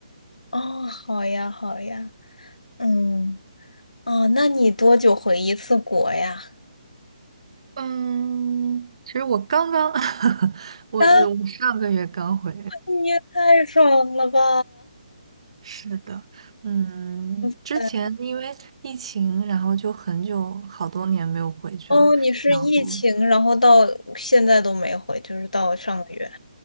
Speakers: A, on the left; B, on the right.
A: 哦，好呀好呀，嗯哦，那你多久回一次国呀？
B: 嗯，其实我刚刚，<laughs> 我我上个月刚回，
A: 啊，你也太爽了吧！
B: 是的，嗯，
A: <laughs>
B: 之前因为疫情，
A: 对
B: 然后就很久好多年没有回去了，
A: 哦，你是疫情，
B: 然后
A: 然后到现在都没回，就是到上个月。